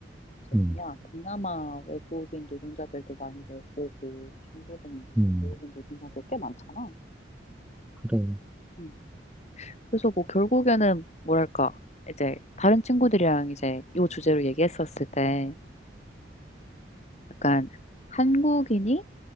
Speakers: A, on the left; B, in the centre.
A: 이제
B: 음,
A: 뭐냐, 동남아 외국인 노동자들도 많이 내- 오고, 중국인
B: 음,
A: 외국인 노동자도 꽤 많잖아.
B: 그래.
A: 음, 그래서 뭐 결국에는 뭐랄까 이제 다른 친구들이랑 이제 요 주제로 얘기했었을 때 약간 한국인이